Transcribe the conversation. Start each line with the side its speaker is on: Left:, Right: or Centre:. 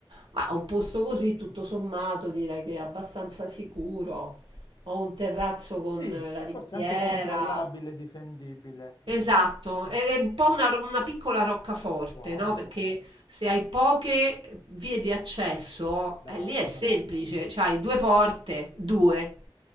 Right: ma un posto così tutto sommato direi che è abbastanza sicuro. Ho un terrazzo con
Left: Sì,
Right: la riviera.
Left: forse anche controllabile, difendibile.
Right: Esatto,
Left: Mm,
Right: è è un po' una, ro- una piccola roccaforte,
Left: Wow,
Right: no? Perché se hai poche vie di accesso,
Left: dai.
Right: eh, lì è semplice, cioè hai due porte, due,